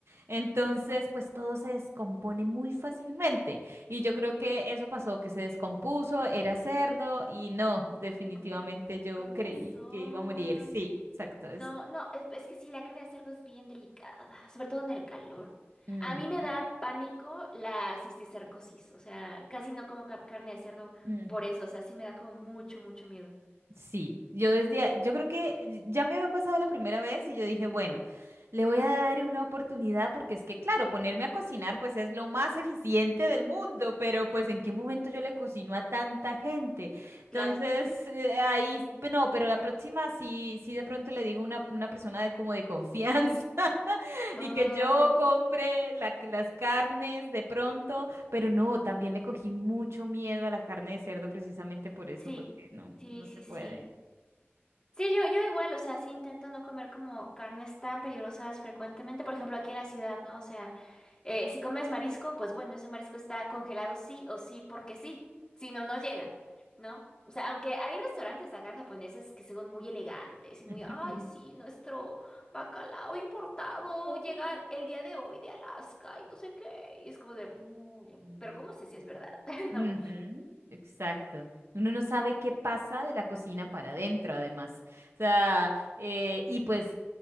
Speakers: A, on the right (about 80°); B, on the left (about 20°).
A: Entonces, pues todo se descompone muy fácilmente. Y yo creo que eso pasó, que se descompuso, era cerdo y no, definitivamente
B: Ah,
A: yo
B: Con
A: creí
B: razón.
A: que iba a morir. Sí, exacto. Es...
B: No, no, es, es que sí, la carne de cerdo es bien delicada, sobre todo en el calor.
A: Ujú.
B: A mí me da pánico la cisticercosis, o sea, casi no como ca- carne de cerdo
A: Ujú.
B: por eso, o sea, sí me da como mucho, mucho miedo.
A: Sí, yo desde, a- yo creo que ya me había pasado la primera vez y yo dije, bueno, le voy a dar una oportunidad porque es que, claro, ponerme a cocinar pues es lo más eficiente del mundo, pero pues ¿en qué momento yo le cocino a tanta gente? Entonces,
B: Claro.
A: eh, ahí, no, pero la próxima sí, sí de pronto le digo a una, una persona de como de confianza.
B: Ay,
A: Y que yo compre la- las carnes de pronto, pero no, también le cogí mucho miedo a la carne de cerdo precisamente por eso,
B: sí,
A: porque no,
B: sí,
A: no
B: sí,
A: se puede.
B: sí. Sí, yo, yo igual, o sea, sí intento no comer como carnes tan peligrosas frecuentemente, por ejemplo, aquí en la ciudad, ¿no? O sea, eh, si comes marisco, pues bueno, ese marisco está congelado sí o sí porque sí, si no, no llega, ¿no? O sea, aunque hay restaurantes acá japoneses que son muy elegantes
A: <laughs>
B: y muy, ay, sí, nuestro bacalao importado
A: No.
B: llega el día de hoy de Alaska y no sé qué, y es como de, "Mm,
A: Ujú.
B: pero ¿cómo sé si es verdad? <laughs> ¿No?
A: Ujú, exacto. Uno no sabe qué pasa de la cocina para adentro, además. O sea, eh, y pues,